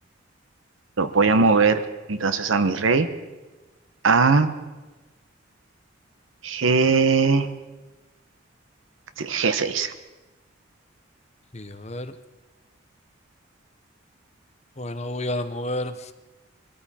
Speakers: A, on the right; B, on the left.
A: Lo voy a mover entonces a mi rey a G... sí, G6.
B: Sí, a ver. Bueno, voy a mover.